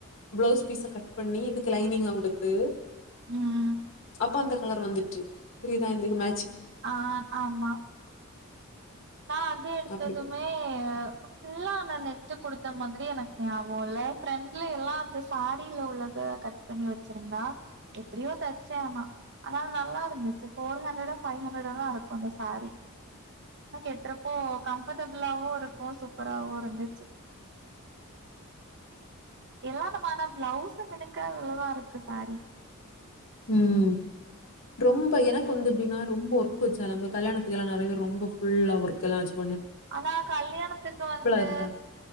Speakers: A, on the left (about 65°); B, on the right (about 55°).
A: ப்ளவுஸ் பீச கட் பண்ணி இதுக்கு லைனிங்க குடுத்து
B: ம்
A: அப்பா அந்த கலர் வந்துட்ரு புரியுதா திகுமே
B: அ அ ஆமா நா அது எடுத்ததுமே
A: அப்டி
B: இல்ல அந்த நெட்டு் குடுத்த மாத்ரி எனக்கு ஞாபகோ இல்ல ஃப்ரெண்ட்ல எல்லா அந்த சாரில உள்ளத கட் பண்ணி வச்சிருந்தா எப்படியோ தைச்ச ஆமா ஆனா நல்லாருந்துச்சு ஃபோர் ஹண்ட்ரடோ ஃப்பை ஹண்ட்ரடோ தா இருக்கு அந்த சாரி ஆன கெட்டறப்போ கம்ஃபர்ட்டபுளாவு இருக்கு சூப்பராவவு இருந்துச்சு எல்லாவிதமான பிளவுஸுக்கு நல்லாருக்கு சாரி
A: ம் ரொம்ப எனக்கு வந்து எப்டின்னா ரொம்ப ஒர்க்க் வச்சா நம்ம கல்யாணத்துக்குலா நறையா பேர் ரொம்ப ஃபுல்லா ஒர்க்குலா வச்
B: அனா கல்யாணத்துக்கு வந்து
A: இருந்தா